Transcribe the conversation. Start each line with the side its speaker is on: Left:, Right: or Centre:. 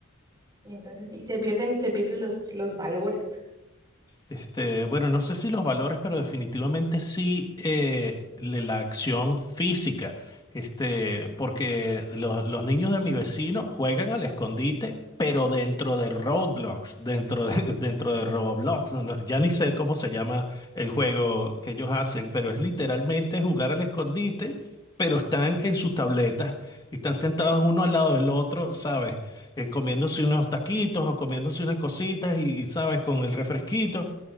Right: Y entonces sí, se pierden, se pierden los, los valores.
Left: Este, bueno, no sé si los valores, pero definitivamente sí eh, le- la acción física. Este, porque los, los niños de mi vecino juegan al escondite, pero dentro de Roblox, dentro de, <laughs> dentro de Roblox. no- no, ya ni sé cómo se llama el juego que ellos hacen, pero es literalmente jugar al escondite, pero están en sus tabletas y están sentados uno al lado del otro, ¿sabes? eh, comiéndose unos taquitos o comiéndose unas cositas y, y, sabes, con el refresquito